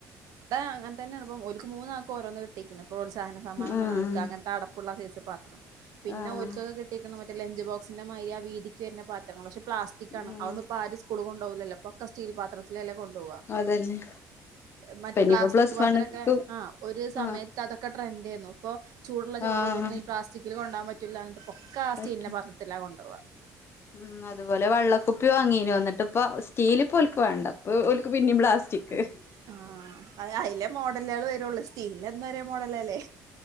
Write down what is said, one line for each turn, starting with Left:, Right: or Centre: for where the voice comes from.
Right: <unintelligible> ഒൽക്ക് മൂന്നാക്കും ഓരോന്ന് കിട്ടിക്കുന്നു പ്രോത്സാഹന സമാനം
Left: ആഹ്
Right: <unintelligible> അങ്ങനത്തെ അടപ്പുള്ള സൈസ് പാത്രം പിന്നെ
Left: ആഹ്
Right: ഒരിക്കക്കൊക്കെ <unintelligible> <unintelligible> മറ്റ ലഞ്ച്ബോക്സിന്റെ മാതിരി ആ വീതിക്ക് വരുന്ന പാത്രങ്ങൾ പക്ഷെ പ്ലാസ്റ്റിക്ക ആണ്
Left: ഉം
Right: അതു ഒന്ന് പ്പോ <unintelligible> <unintelligible> പ്പോ ഒക്കെ സ്റ്റീൽ പത്രത്തിൽ അല്ലെ കൊണ്ടോവാ
Left: അതന്നെ
Right: മറ്റ
Left: പിന്നിപ്പോ
Right: പ്ലാസ്റ്റിക്
Left: പ്ലസ്
Right: പാത്രൊക്കെ
Left: വണ്ണ്ക്ക്
Right: ആ ഒരു സമയത്ത്
Left: ആഹ്
Right: <unintelligible> ഒക്കെ ട്രെൻഡ് ആയിന്നു പ്പോ ചൂടുള്ള ചോറോതൊന്നും
Left: ആഹ്
Right: പ്ലാസ്റ്റിക് ൽ കൊണ്ടാൻ പറ്റില്ല എന്ന പൊക്ക
Left: പറ്റും
Right: <unintelligible> <unintelligible> കൊണ്ടോവാ
Left: ഉം അതുപോലെ വെള്ളക്കുപ്പി വാങ്ങീന് ന്നിട്ട് ഇപ്പ സ്റ്റീല ഒൽക്ക് വേണ്ട <unintelligible> ഒൽക്ക് പിന്നിം പ്ലാസ്റ്റിക്
Right: <inaudible> ആ അതിലെ മോഡലുകള് വരുള്ളൂ <unintelligible> <unintelligible> ഒരേ മോഡലല്ലേ